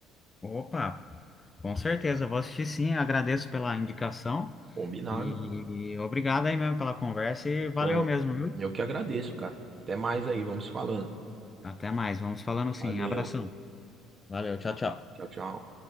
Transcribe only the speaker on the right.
Combinado.
Pô,
eu que agradeço, cara. Até mais aí, vamos falando.
Valeu.
Tchau, tchau.